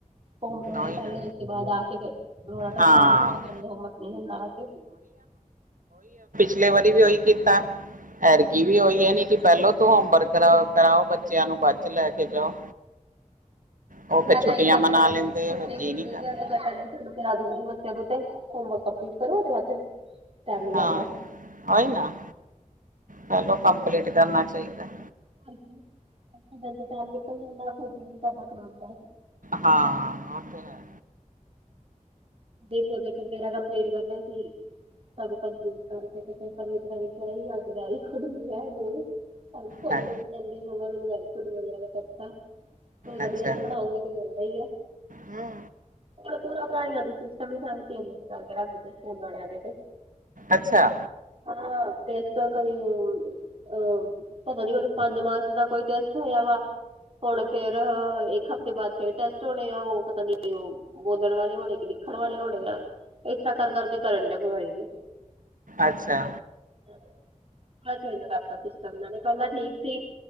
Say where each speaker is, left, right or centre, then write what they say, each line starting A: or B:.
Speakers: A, on the right; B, on the right.
A: ਹੋਮ ਤੋਂ
B: ਉਹੀ
A: ਇਹ ਕੱਲ
B: ਨਾ
A: ਇਸ ਤੋਂ ਬਾਅਦ ਆ ਕੇ ਫਿਰ। ਰੌਲਾ ਧੋਲਾ
B: ਹਾਂ
A: ਸਾਨੂੰ ਵੀ ਤੁਹਾਡੇ ਕੰਮ ਤੇ ਲਾਕੇ।
B: ਡਿਲੀਵਰੀ ਵੀ ਉਹੀ ਕੀਤਾ। ਐਤਕੀ ਵੀ ਉਹੀ ਉਹਨੇ ਕਿ ਪਹਿਲੋਂ ਤੂੰ ਹੋਮਵਰਕ ਕਰਾ ਕਰਾਓ ਬੱਚਿਆਂ ਨੂੰ ਬਾਅਦ 'ਚ ਲੈ ਕੇ ਜਾਓ। ਉਹ ਫਿਰ
A: ਮੈਂ
B: ਛੁੱਟੀਆਂ
A: ਤੇ ਇਹੀ ਕਰਦੀ
B: ਮਨਾ
A: ਫਿਰ
B: ਲੈਂਦੇ
A: ਛੁੱਟੀ
B: ਆ ਫਿਰ ਜੀਅ
A: ਹੁੰਦੀ
B: ਨੀ ਕਰਦਾ
A: ਆ ਤੇ ਮੈਂ ਪਹਿਲਾਂ ਹੀ ਤੁਹਾਨੂੰ। ਕਰਾ ਦਿੰਦੀ ਬੱਚਿਆਂ ਤੋਂ ਉੱਤੇ ਹੋਮਵਰਕ ਕੰਮਪਲੀਟ ਕਰੋ। ਉਹ ਦੇ ਬਾਅਦ ਫਿਰ। ਟਾਈਮ ਨੀ ਲੱਗਦਾ
B: ਹਾਂ ਉਹੀ ਨਾ ਪਹਿਲੋ ਕੰਪਲੀਟ ਕਰਨਾ ਚਾਹੀਦਾ ਹੈ।
A: ਹਾਂਜੀ ਫੇਰ ਬੱਚਿਆਂ ਦਾ ਟਾਈਮ ਨਿਕਲ ਜਾਂਦਾ ਕੁਝ ਜੀਅ ਨਹੀਂ ਕਰਦਾ ਖਾਣ ਦਾ।
B: ਹਾਂ ਆਹ ਤੇ ਹੈ।
A: ਜੀ ਪ੍ਰੋਜੈਕਟ ਵਗੈਰਾ ਕੰਪਲੀਟ ਕਰਨੇ ਸੀ। ਸਭ ਕੰਪਲੀਟ ਕਰਕੇ ਤੇ ਫਿਰ ਸਾਨੂੰ ਇੱਕ ਕਰਕੇ ਅਰਜ਼ੀ ਖੁਦ ਨਹੀਂ ਹੈ ਉਹ ਨੂੰ। ਸਾਨੂੰ ਖੁਸ਼
B: ਹੈ
A: ਹੋ ਕੇ ਕਹਿੰਦੀ ਮੰਮਾ ਮੈਨੂੰ ਵਰਕ ਮਿਲਿਆ ਮੈਂ ਕਰਤਾ। ਹੋਰ ਵਧੀਆ
B: ਅੱਛਾ
A: ਤੁਸੀਂ ਬਣਾਓਗੇ ਤੇ ਮਿਲਦਾ ਹੀ ਆ।
B: ਹੂੰ,
A: ਹੁਣ ਤੇ ਪੂਰਾ ਪੜ੍ਹਾਇਆ ਦੇ ਸਿਸਟਮ ਹੀ ਸਾਰੇ ਚੇਂਜ ਕਰਕੇ ਰੱਖ ਦਿੱਤੇ ਸਕੂਲ ਵਾਲਿਆਂ ਨੇ ਤੇ।
B: ਅੱਛਾ
A: ਹਾਂ ਸਿਸਟਮ ਕਮੀ ਹੋਊਗੀ। ਹੂੰ ਪਤਾ ਨੀ ਹੁਣ ਪੰਜ ਮਾਰਚ ਦਾ ਕੋਈ ਟੈਸਟ ਹੋਇਆ ਵਾ। ਹੁਣ ਫੇਰ ਇੱਕ ਹਫਤੇ ਬਾਅਦ ਫੇਰ ਟੈਸਟ ਹੋਣੇ ਆ ਉਹ ਪਤਾ ਨੀ ਉਹ। ਬੋਲਣ ਵਾਲੇ ਹੋਣੇ ਕਿ ਲਿਖਣ ਵਾਲੇ ਹੋਣੇ ਆ ਏ ਤਾਂ ਕਰ ਕਰਕੇ ਕਰਨ ਡੇ ਬਿਮਾਰੀ ਦੇ।
B: ਅੱਛਾ।
A: ਹੁਣ ਚੇਂਜ ਕਰਤਾ ਸਿਸਟਮ ਇਹਨਾ ਨੇ ਪਹਿਲਾਂ ਠੀਕ ਸੀ।